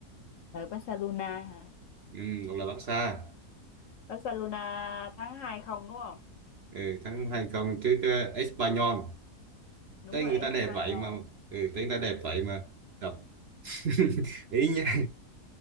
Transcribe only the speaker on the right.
ừ, hoặc là Barca
ừ, thắng hai không trước ờ, Espanyol
tới
người
ta đẹp vậy mà ừ, tới người ta đẹp vậy mà đọc <laughs> ý nha